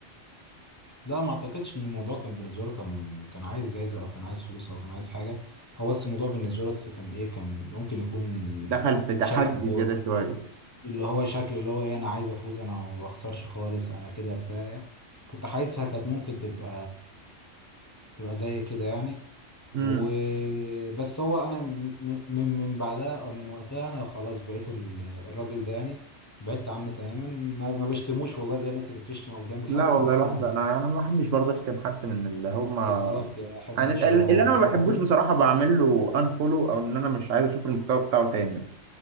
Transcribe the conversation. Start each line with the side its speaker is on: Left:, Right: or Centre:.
Left: لا ما اعتقدش ان الموضوع كان بالنسبه له كان كان عايز جايزه او كان عايز فلوس او كان عايز حاجه هو بس الموضوع بالنسبه له بس كان ايه كان ممكن يكون
Right: دخل في تحدي
Left: شكل اللي هو
Right: زيادة شوية
Left: اللي هو شكل اللي هو ايه انا عايز افوز انا ما بخسرش خالص انا كده بتاع كنت حاسسها كانت ممكن تبقى تبقى زي كده يعني
Right: امم
Left: وبس هو انا م- من من بعدها او من وقتها انا خلاص بقيت ال- الراجل ده يعني بعدت عنه تماما ما ما بشتموش والله زي الناس اللي بتشتم او بتعمل
Right: لا
Left: حاجه
Right: والله
Left: بس
Right: الواحد
Left: انا
Right: انا انا ما بحبش برضه اشتم حد من اللي هم
Left: بالظبط يعني احبش
Right: يعني
Left: اتفرج
Right: اللي انا ما بحبوش
Left: عليهم
Right: بصراحة بعمل له انفولو او ان انا مش عايز اشوف المحتوى بتاعه تاني